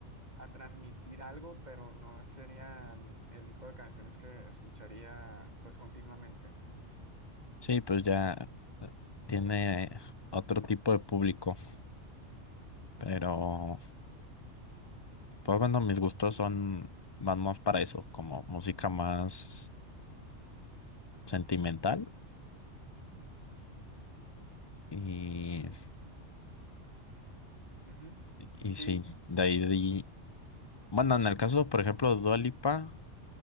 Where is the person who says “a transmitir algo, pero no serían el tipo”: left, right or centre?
Right